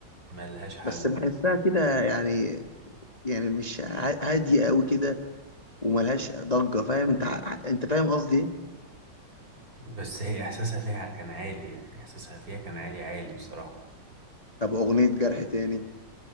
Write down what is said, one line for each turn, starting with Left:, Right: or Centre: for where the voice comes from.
Right: ملهاش حل
Left: بس بحسها كده يعني يعني مش ع- هاديه قوي كده وملهاش ضجه فاهم انت ع- انت فاهم قصدي إيه؟
Right: بس هي احساسها فيها كان عالي يعني احساسها فيها كان عالي عالي بصراحه
Left: طب اغنيه جرح تاني